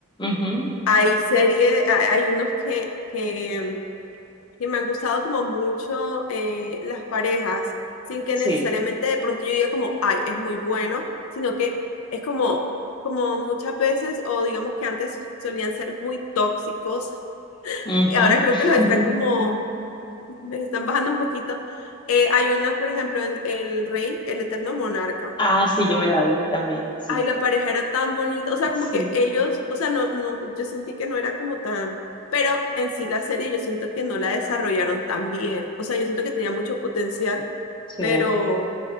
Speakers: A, on the left; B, on the left.
A: Ujú,
B: hay series, hay unos que, que, em, que me han gustado como mucho eh, las parejas, sin que
A: Sí.
B: necesariamente de pronto yo diga como, ay, es muy bueno, sino que es como, como muchas veces, o digamos que antes solían ser muy tóxicos
A: Ujú.
B: ahora creo
A: <laughs>
B: que los están como, les están bajando un poquito. Eh, hay unas, por ejemplo, en El Rey, el Eterno Monarca.
A: Ah, sí, yo me la vi también, sí,
B: Ay, la pareja era tan bonita, o sea,
A: sí,
B: como que ellos, o sea, no, no, yo sentí que no era como tan, pero en sí la serie yo siento que no la desarrollaron tan bien, o sea, yo siento que tenía mucho potencial,
A: sí.
B: pero,